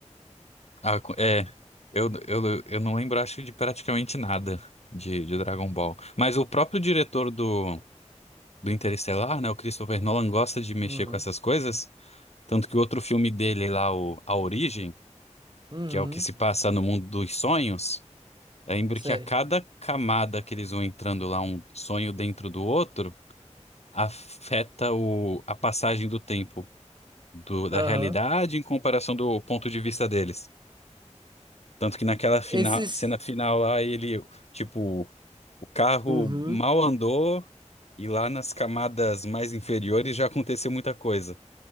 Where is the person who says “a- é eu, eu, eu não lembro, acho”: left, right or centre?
Left